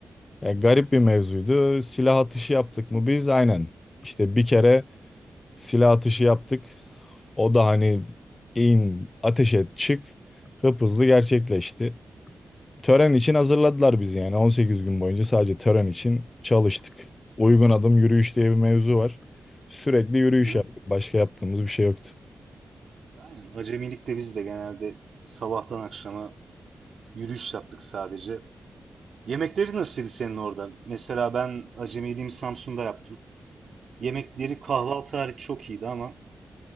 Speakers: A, on the left; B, on the right.
A: Yani garip bir mevzuydu. Silah atışı yaptık mı biz? Aynen. İşte bir kere silah atışı yaptık. O da hani in, ateş et, çık hıp hızlı gerçekleşti. Tören için hazırladılar bizi yani 18 gün boyunca sadece tören için çalıştık. Uygun adım yürüyüş diye bir mevzu var. Sürekli yürüyüş
B: Hı hı.
A: yaptık. Başka yaptığımız bir şey yoktu.
B: Aynen. Acemilikte biz de genelde sabahtan akşama yürüyüş yaptık sadece. Yemekleri nasılydı senin orada? Mesela ben acemiliğimi Samsun'da yaptım. Yemekleri kahvaltı hariç çok iyiydi ama